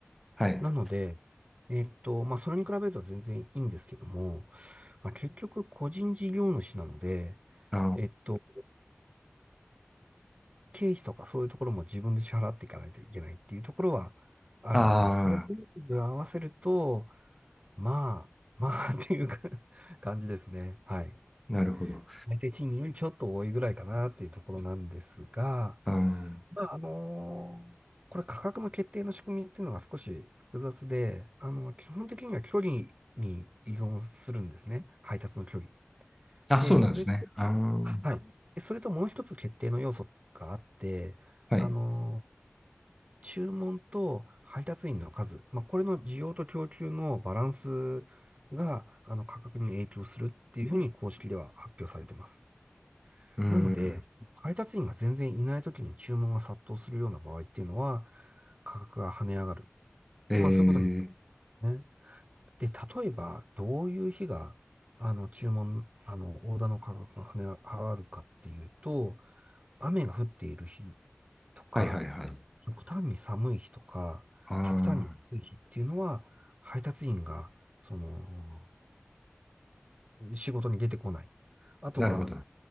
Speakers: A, in the centre; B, on the right.
A: はい。
B: なので、えっと、まあ、それに比べると全然いいんですけども、まあ、結局、個人事業主なので、
A: あ
B: えっと、経費とかそういうところも自分で支払っていかないといけないっていうところはあるので、
A: あ
B: それで合わせると、まあ、まあ <laughs> っていうか <laughs> 感じですね。はい。
A: ー、なるほど。
B: 最低賃金よりちょっと多いぐらいかなっていうところなんですが、
A: あー
B: まあ、あのーこれ価格の決定の仕組みっていうのが少し複雑で、あの、基本的には距離に依存するんですね。配達の距離。
A: あ、
B: で、
A: そうなんですね。
B: それ、
A: あー
B: はい。でそれともう一つ決定の要素があって、
A: はい。
B: あの注文と配達員の数、まあ、これの需要と供給のバランスが、あの、価格に影響するっていうふうに公式では発表されてます。
A: うん。
B: なので、配達員が全然いない時に注文が殺到するような場合っていうのは、価格が跳ね上がる。
A: えー、
B: まあ、そういうことになるんですね。で、例えば、どういう日が、あの、注文、あの、オーダーの価格が跳ね上がるかっていうと、雨が降っている日とか、
A: はいはいはい。
B: 極端に寒い日とか、
A: ああ、
B: 極端に暑い日っていうのは、配達員が、その、仕事に出てこない。あとは、
A: なるほど。